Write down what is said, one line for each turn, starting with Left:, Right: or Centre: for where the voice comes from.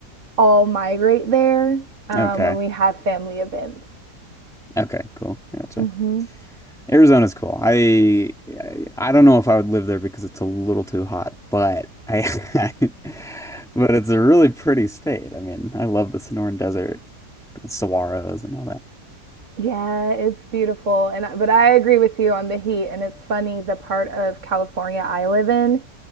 Right: all migrate there um,
Centre: Okay.
Right: when we have family events.
Centre: Okay, cool. Gotcha.
Right: hmm
Centre: Arizona's cool. I I I don't know if I would live there because it's a little too hot, but I <laughs> but it's a really pretty state. I mean, I love the Sonoran Desert. saguaros and all that.
Right: Yeah, it's beautiful, and I- but I agree with you on the heat. And it's funny, the part of California I live in